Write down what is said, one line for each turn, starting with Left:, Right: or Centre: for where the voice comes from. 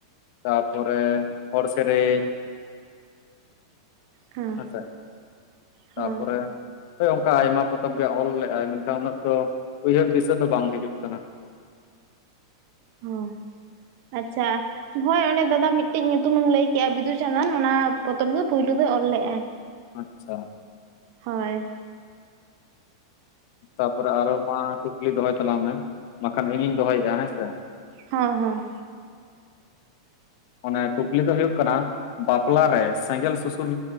Left: ᱛᱟᱯᱚᱨᱮ ᱦᱚᱲ ᱥᱮᱨᱮᱧ,
Right: ᱦᱚᱸ
Left: ᱦᱮᱸᱥᱮ
Right: ᱦᱚᱸ
Left: ᱛᱟᱯᱚᱨᱮ, ᱦᱳᱭ ᱚᱱᱠᱟ ᱟᱭᱢᱟ ᱯᱚᱛᱚᱵ ᱜᱮ ᱚᱞ ᱞᱮᱜᱟᱭ ᱢᱮᱱᱠᱷᱟᱱ ᱩᱱᱟᱹᱜ ᱫᱚ ᱩᱭᱦᱟᱹᱨ ᱫᱤᱥᱟᱹ ᱫᱚ ᱵᱟᱝ ᱦᱤᱡᱩᱜ ᱠᱟᱱᱟ᱾
Right: ᱦᱩᱸ ᱟᱪᱪᱷᱟ ᱦᱳᱭ ᱚᱸᱰᱮ ᱫᱟᱫᱟ ᱢᱤᱫᱴᱮᱡ ᱧᱩᱛᱩᱢᱮᱢ ᱞᱟᱹᱭ ᱠᱮᱜᱼᱟ ᱵᱤᱫᱩᱼᱪᱟᱸᱫᱟᱱ ᱚᱱᱟ ᱯᱚᱛᱚᱵ ᱜᱮ ᱯᱳᱭᱞᱳ ᱫᱚᱭ ᱚᱞ ᱞᱮᱫᱟᱭ
Left: ᱟᱪᱪᱷᱟ
Right: ᱦᱳᱭ
Left: ᱛᱟᱯᱚᱨᱮ ᱟᱨᱚ ᱢᱟ ᱠᱩᱠᱞᱤ ᱫᱚᱦᱚᱭ ᱛᱟᱞᱟᱝ ᱢᱮ ᱵᱟᱠᱷᱟᱱ ᱤᱧᱤᱧ ᱫᱚᱦᱚᱭᱮᱫᱼᱟ ᱦᱮᱸᱥᱮ
Right: ᱦᱚᱸᱻᱦᱚᱸᱻ
Left: ᱚᱱᱮ ᱠᱩᱠᱞᱤ ᱫᱚ ᱦᱩᱭᱩᱜ ᱠᱟᱱᱟ ᱵᱟᱯᱞᱟ ᱨᱮ ᱥᱮᱸᱜᱮᱞ ᱥᱩᱥᱩᱨ